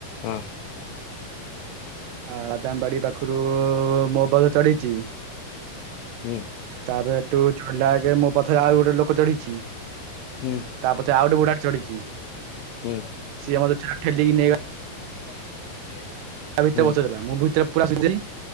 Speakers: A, on the left; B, on the right.
A: ହଁ।
B: ହଁ ବାଦାମ ବାଡି ପାଖରୁ ମୋ ବସ ଚଢ଼ିଛି।
A: ହୁଁ
B: ତାପରେ ହେଠୁ ଚଢିଲା ଆଗେ ମୋ ପଛରେ ଆଉ ଗୋଟେ ଲୋକ ଚଢିଛି।
A: ହୁଁ।
B: ତାପଛେ ଆଉ ଗୋଟେ ବୁଢ଼ାଟେ ଚଢିଛି।
A: ହୁଁ।
B: ସିଏ ମତେ ଠେ-ଠେଲିକି ନେଇ ଗ
A: <unintelligible>
B: ତା ଭିତରେ
A: ହୁଁ
B: ବସି ଦେଲା ମୁଁ ଭିତରେ ପୁରା <unintelligible>